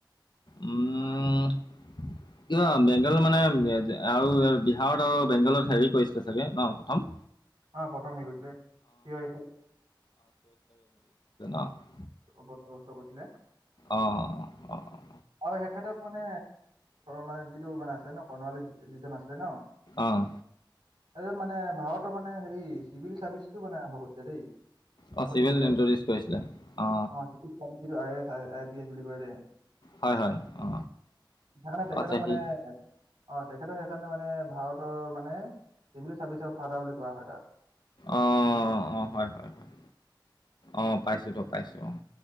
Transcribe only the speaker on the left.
উম'
কিবা বেংগল মানে আৰু বিহাৰত আৰু বেংগলত হেৰি কৰিছিলে চাগে ন প্ৰথম
<unintelligible> <unintelligible> <unintelligible>
অ', অ'।
আহঁ।
অ
চিভিল ইণ্ট্ৰডিউচ
কৰিছিলে অ
হয় হয় অ
আচ্ছা
সি
অ ', অ' হয়। হয়। হয়। অ' পাইছো তো পাইছো। অ',